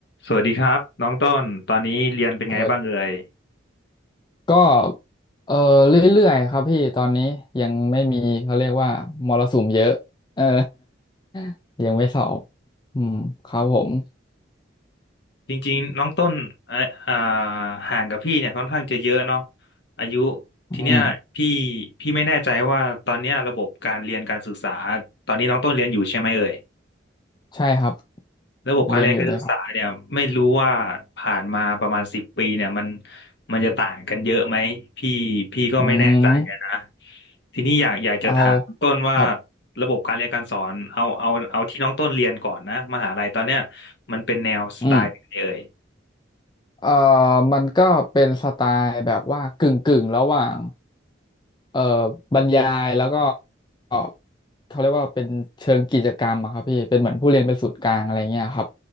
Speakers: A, on the left; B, on the left.
A: สวัสดีครับน้องต้นตอนนี้เรียนเป็นไงบ้างเอ่ย
B: เปิดก็เออเรื่อยๆครับพี่ตอนนี้ยังไม่มีเขาเรียกว่ามรสุมเยอะเออ <laughs> ยังไม่สอบอืมครับผม
A: จริงๆน้องต้นเอ่ออ่าห่างกับพี่เนี่ยค่อนข้างจะเยอะเนาะอายุ
B: อืม
A: ทีเนี้ยพี่พี่ไม่แน่ใจว่าตอนเนี้ยระบบการเรียนการศึกษาตอนนี้น้องต้นเรียนอยู่ใช่ไหมเอ่ย
B: ใช่ครับ
A: ระบบการเรียนการศึกษาเนี่ยไม่รู้ว่าผ่านมาประมาณสิบปีเนี่ยมัน
B: เรียนอยู่เลยครับ
A: มันจะต่างกันเยอะไหมพี่พี่ก็ไม่แน่ใจอะนะ
B: อืม
A: ทีนี้อยากอยากจะถามต้นว่า
B: เอาครับ
A: ระบบการเรียนการสอนเอาเอาเอาที่น้องต้นเรียนก่อนนะมหาลัยตอนเนี้ยมันเป็นแนวสไตล์ไหนเอ่ย
B: อืมเอ่อมันก็เป็นสไตล์แบบว่ากึ่งกึ่งระหว่าง เอ่อบรรยายแล้วก็เอ่อเขาเรียกว่าเป็นเชิงกิจกรรมอะครับพี่เป็นเหมือนผู้เรียนเป็นศูนย์กลางอะไรเงี้ยครับ